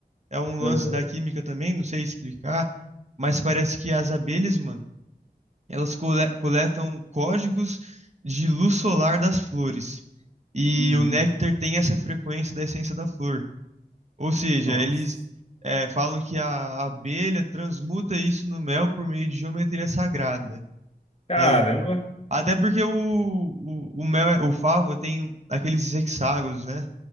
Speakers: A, on the right; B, on the left.
A: É um
B: Aham.
A: lance da química também, não sei explicar. Mas parece que as abelhas, mano, elas cole- coletam códigos de luz solar das flores. E
B: Uhum.
A: o néctar tem essa frequência da essência da flor. Ou seja,
B: Nossa.
A: eles eh, falam que a abelha transmuta isso no mel por meio de geometria sagrada.
B: Caramba.
A: É louco, não? Até porque o, o, o mel, é- o favo tem aqueles hexágonos, né?